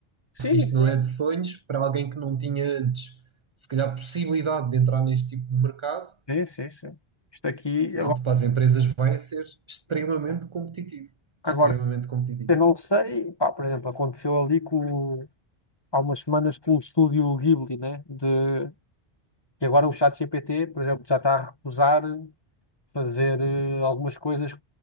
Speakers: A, on the left (about 25°); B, on the right (about 55°).
A: sim,
B: Se isto não
A: sim,
B: é de sonhos, para alguém que não tinha antes, se calhar, possibilidade de entrar neste tipo de mercado,
A: sim, sim, sim. Isto aqui,
B: pronto,
A: agora,
B: para as empresas vai ser extremamente competitivo.
A: agora,
B: Extremamente competitivo.
A: eu não sei, pá, por exemplo, aconteceu ali com, o- há umas semanas com o estúdio Ghibli, né? de E agora o chat GPT, por exemplo, já está a recusar fazer eh, algumas coisas